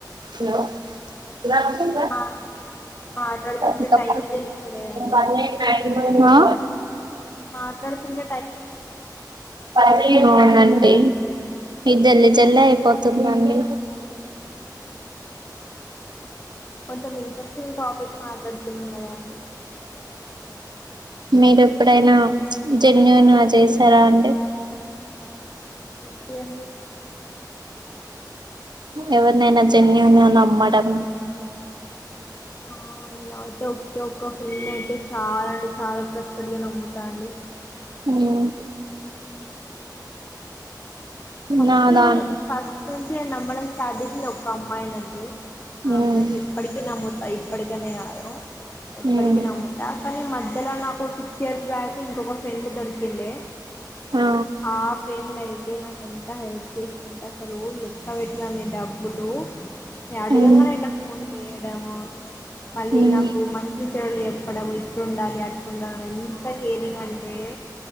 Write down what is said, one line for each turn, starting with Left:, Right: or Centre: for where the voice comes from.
Right: ఇ
Left: మా మాట్లాడుతుంటే
Right: ఇ స
Left: టైమే తెలుస్తలేదండి
Right: పోయ్ మా
Left: మాట్లాడుకుంట
Right: అవునండి ఇద్ జల్ జల్లే అయిపోతున్ ది అండి
Left: కొంచం ఇంట్రెస్టింగ్ టాపిక్ మాట్లాడుతునామ్ కదాండి
Right: మీరు ఎప్పుడైనా జన్యుూన్ గ చేసారా అండి
Left: ఏంటిదండి
Right: ఎవరినైనా జెన్యూన్ గ నమ్మడం
Left: ఆ నేను అయితే ఒక్కే ఒక్క ఫిల్ అయితే చాలా చాలా ట్రస్డిగా నమ్ముతా అండి
Right: ఉమ్
Left: ఫస్ట్
Right: నా దాన్
Left: ఫస్ట్ నుంచి నమ్మడం స్టార్టింగ్ లొ ఒక అమ్మాయినండి ఆ
Right: ఉమ్
Left: అమ్మాయ్ ని ఎప్పటికి న ముత్తా ఇప్పటికనే గాదు ఎప్పటికి
Right: ఉమ్
Left: నమ్ముతా కానీ మధ్యలో నాకు సి క్స్ ఇయర్స్ బ్యాక్ ఇంకొక ఫ్రెండ్ దొరికిండే
Right: ఆ
Left: ఆ ఫ్రెండ్ అయితే నాకు ఎ డెడికేషన్ ఉంట అసలు లెక్క పెట్టలేనీ డబ్బులు నేన్ అడుగంగానే
Right: ఉమ్
Left: ఇట్ల ఫోన్ పే ఏయడం మళ్ళీ
Right: ఉమ్
Left: నాకు మంచి చెడుల్ ఏప్ ప్పడం ఇట్లుండాలి అట్లున్ ఎంత కేరింగ్ అంటే